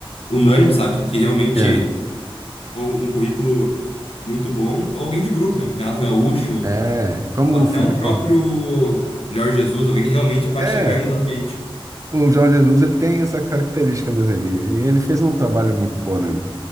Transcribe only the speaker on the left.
unânime, sabe? Que realmente
ou um currículo muito bom, ou alguém de grupo, meu, um Renato Gaúcho,
ou até
um próprio Jorge Jesus, alguém que realmente vai
chegar e mudar o ambiente.